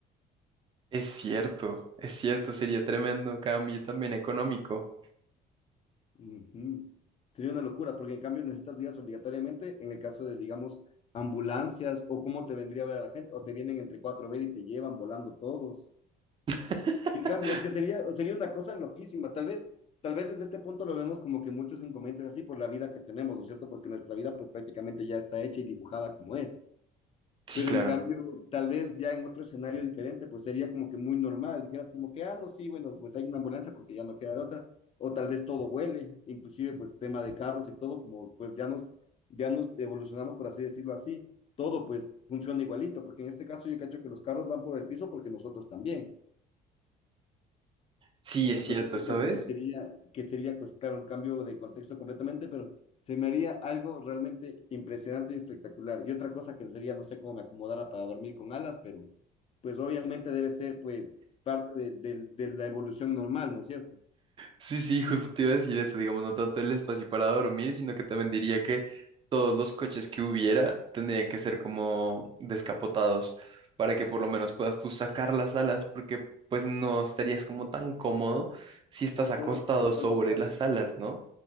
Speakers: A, on the right; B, on the left.
A: Es cierto, es cierto, sería tremendo cambio también económico.
B: Ujú. Sería una locura, porque en cambio necesitas vías obligatoriamente en el caso de, digamos, ambulancias o cómo te vendría a ver a la gente, o te vienen entre cuatro a ver y te llevan volando todos.
A: <laughs>
B: En cambio, es que sería, sería una cosa loquísima. Tal vez, tal vez desde este punto lo vemos como que muchos inconvenientes así por la vida que tenemos, ¿no es cierto? Porque nuestra vida pues prácticamente ya está hecha y dibujada como es.
A: Sí,
B: Pero
A: claro.
B: en cambio, tal vez ya en otro escenario diferente, pues sería como que muy normal. Dijeras como que, ah, no, sí, bueno, pues hay una ambulancia porque ya no queda de otra. O tal vez todo vuele, inclusive pues tema de carros y todo, como pues ya nos, ya nos evolucionamos, por así decirlo así. Todo pues funciona igualito, porque en este caso yo cacho que los carros van por el piso porque nosotros también.
A: Sí,
B: Entonces
A: es cierto,
B: yo
A: ¿sabes?
B: creo que sería, que sería, pues claro, un cambio de contexto completamente, pero se me haría algo realmente impresionante y espectacular. Y otra cosa que sería, no sé cómo me acomodara para dormir con alas, pero pues obviamente debe ser pues parte de, de- de la evolución normal, ¿no es cierto?
A: Sí, sí, justo te iba a decir eso, digamos, no tanto el espacio para dormir, sino que también diría que todos los coches que hubiera tendrían que ser como descapotados para que por lo menos puedas tú sacar las alas, porque pues no estarías como tan cómodo si estás
B: Ah,
A: acostado
B: claro, sentado
A: sobre
B: en las ganas.
A: las alas, ¿no?